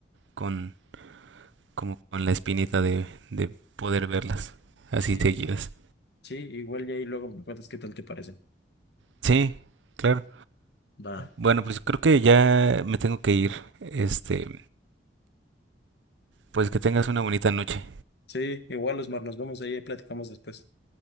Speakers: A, on the right; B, on the left.
A: con como con la espinita de, de poder verlas así
B: Sí,
A: seguidas.
B: sí, sí, igual y ahí luego me cuentas qué tal te parecen.
A: Sí, claro.
B: Va.
A: Bueno, pues creo que ya me tengo que ir. Este, pues que tengas una bonita noche.
B: Sí, igual, Osmar, nos vemos ahí y platicamos después.